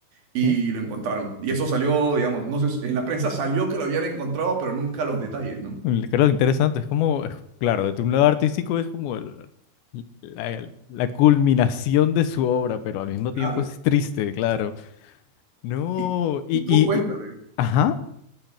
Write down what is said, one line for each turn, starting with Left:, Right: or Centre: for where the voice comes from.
Right: y
Left: Uf,
Right: lo encontraron. Y eso salió, digamos, no sé, en la prensa salió que lo habían encontrado, pero nunca los detalles, ¿no?
Left: le- Claro, interesante. Es como, es- claro, desde un lado artístico es como el- la, la culminación de su obra, pero al mismo
Right: Claro.
Left: tiempo es triste, claro. No,
Right: Y
Left: y,
Right: y tú
Left: y,
Right: cuéntame.
Left: y- ajá.